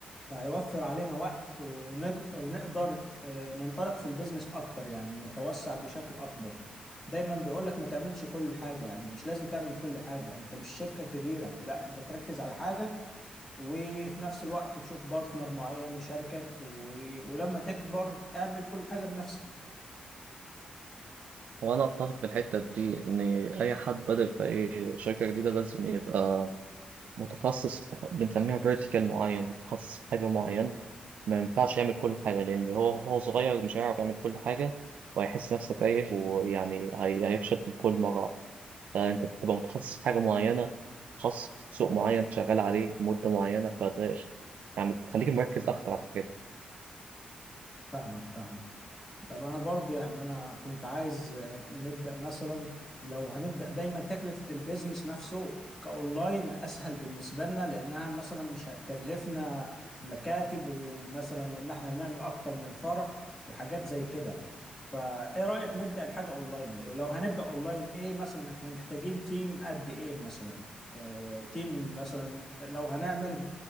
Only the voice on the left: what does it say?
فهيوفر علينا وقت ونج... ونقدر آه، ننطلق في البيزنس اكتر يعني نتوسع بشكل اكبر دايما بيقول لك ما تعملش كل حاجة يعني مش لازم تعمل كل حاجة انت مش شركة كبيرة لا انت تركز على حاجة وفي نفس الوقت تشوف بارتنر معين يشاركك و... ولما تكبر اعمل كل حاجة بنفسك
فاهمك فاهمك طب انا برضو يعني انا كنت عايز آه، نبدا مثلا لو هنبدا دايما تكلفه البيزنس نفسه كاونلاين اسهل بالنسبه لنا لانها مثلا مش هتكلفنا مكاتب ومثلا ان احنا نعمل اكتر من فرع وحاجات زي كده فايه رأيك نبدأ الحاجة اونلاين ولو هنبدأ اونلاين ايه مثلا احنا محتاجين تيم قد ايه مثلا آه تيم مثلا لو هنعمل